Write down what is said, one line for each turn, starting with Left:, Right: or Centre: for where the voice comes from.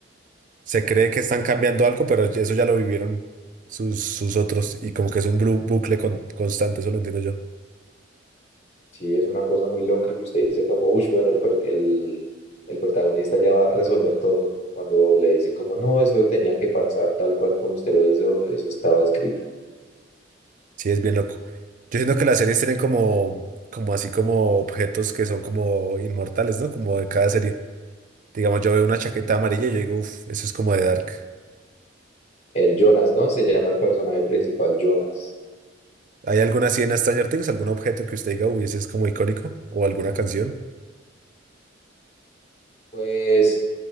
Right: se cree que están cambiando algo, pero eso ya lo vivieron sus, sus otros y como que es un blu- bucle con- constante, eso lo entiendo yo.
Left: Sí, es una cosa muy loca que usted dice como, uy, bueno, el, per- el, el protagonista ya va a resolver todo. Cuando le dicen como, no, eso tenía que pasar tal cual como usted lo hizo, eso estaba escrito.
Right: Sí, es bien loco. Yo siento que las series tienen como, como así como objetos que son como inmortales, ¿no? Como de cada serie. Digamos, yo veo una chaqueta amarilla y yo digo, uff, eso es como de Dark.
Left: El Jonas, ¿no? Se llama el personaje principal Jonas.
Right: ¿Hay alguna así en Stranger Things? ¿Algún objeto que usted diga, uy, ese es como icónico? ¿O alguna canción?
Left: Pues